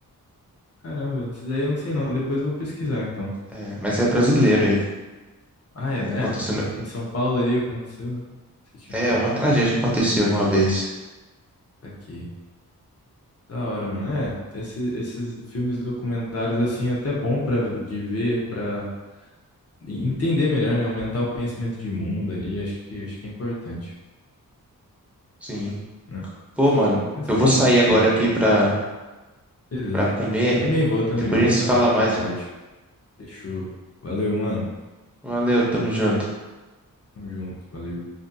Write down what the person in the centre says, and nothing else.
É, mas é brasileiro
ele.
É, aconteceu...
é
uma tragédia que aconteceu uma vez.
Sim.
Pô, mano,
eu
vou sair
agora aqui pra,
pra comer.
Depois
a gente
se fala mais.
Valeu, tamo junto.